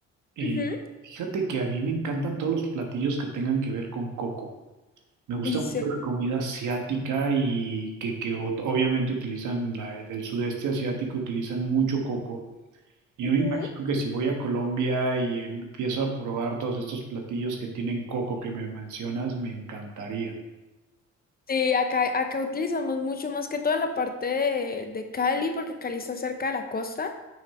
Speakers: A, on the right; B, on the left.
A: eh,
B: Ujú.
A: fíjate que a mí me encantan todos los platillos que tengan que ver con coco. Me gusta
B: ¿En
A: mucho
B: serio?
A: la comida asiática y que, que o- obviamente utilizan la eh, del sudeste asiático, utilizan mucho coco. Y Yo
B: Ujú.
A: me imagino que si voy a Colombia y empiezo a probar todos estos platillos que tienen coco que me mencionas, me encantarían.
B: Sí, acá, acá utilizamos mucho más que todo en la parte de, de Cali, porque Cali está cerca de la costa.